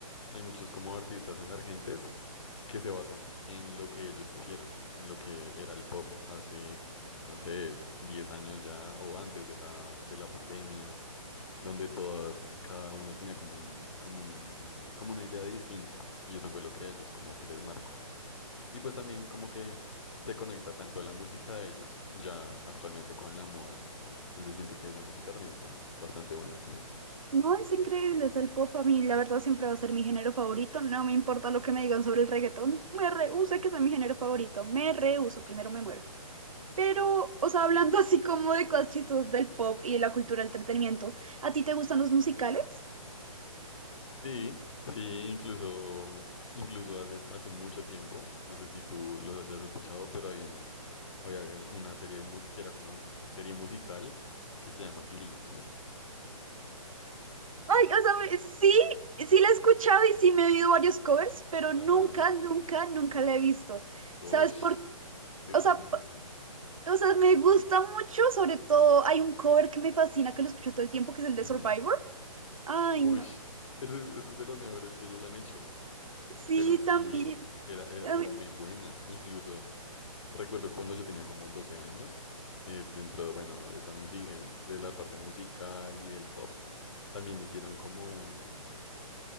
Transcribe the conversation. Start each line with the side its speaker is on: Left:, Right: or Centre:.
Left: hay muchos como artistas emergentes que se basan en lo que ellos hicieron, en lo que era el pop hace, no sé, 10 años ya o antes de la, de la pandemia. donde todas, cada uno tenía como un, como un, como una idea distinta, y eso fue lo que a ellos como que les marcó. Y pues también como que se conecta tanto la música de ellos, ya actualmente con la moda. Entonces siento que esa música también está bastante buena.
Right: No, es increíble, es el pop. A mí, la verdad, siempre va a ser mi género favorito. No me importa lo que me digan sobre el reggaetón. Me rehúso a que sea mi género favorito. Me rehúso, primero me muero. Pero, o sea, hablando <laughs> así como de cosas chistosas del pop y de la cultura del entretenimiento, ¿a ti te gustan los musicales?
Left: Sí, sí, incluso, incluso hace, hace mucho tiempo, no sé si tú lo hayas escuchado, pero hay una, había ver- una serie mu- que era como serie musical que se llama Glee.
Right: Ay, o sea, me- sí, sí la he escuchado y sí me he oído varios covers, pero
Left: Ajá.
Right: nunca, nunca, nunca la he visto.
Left: Ush,
Right: ¿Sabes por qué?
Left: es
Right: O sea,
Left: genial.
Right: p- o sea, me gusta mucho, sobre todo hay un cover que me fascina, que lo escucho todo el tiempo, que es el de
Left: Ujú.
Right: Survivor. Ay,
Left: Ush,
Right: no.
Left: ese, ese es de los mejores que ellos han hecho.
Right: Sí,
Left: Pero sí,
Right: también.
Left: era, era,
Right: A
Left: era
Right: mí-
Left: muy buena. Incluso recuerdo cuando yo tenía como 12 años, eh, dentro de, bueno, de esa música, de la parte musical y del pop, también hicieron como un,